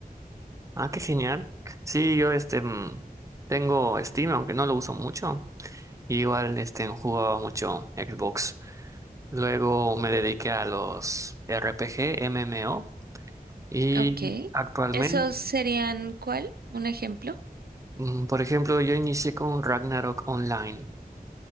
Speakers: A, on the right; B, on the right.
A: Ah, qué genial. Sí, yo este mm, tengo Steam, aunque no lo uso mucho. Igual este jugaba mucho Xbox. Luego me dediqué a los R P G M M O y
B: Ok.
A: actualmente,
B: ¿Esos serían cuál? ¿Un ejemplo?
A: mm, por ejemplo, yo inicié con Ragnarok Online.